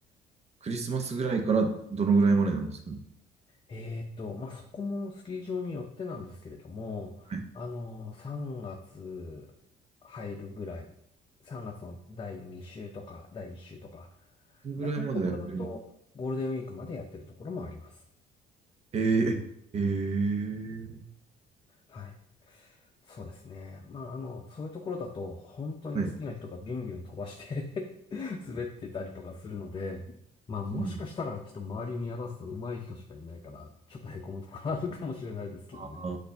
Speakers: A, on the right (about 40°); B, on the left (about 30°).
A: クリスマスぐらいからどのぐらいまでなんですかね
B: えーっと、まあ、そこもスキー場によってなんですけれども、
A: はい。
B: あの、3月入るぐらい、3月の第2週とか第1週とか、
A: どのぐらいまでやれる
B: 長いところだとゴールデンウィークまでやってるところもあります。
A: ええ、ええ、
B: はい。そうですね。まあ、あの、そういうところだと、本当に好きな人がビュンビュン飛ばして
A: はい。
B: <laughs> 滑ってたりとかするので、まあ、もしかしたら、
A: うん、
B: ちょっと周り見渡すと上手い人しかいないから、ちょっとへこむところあるかもしれないですけどね。
A: ああ、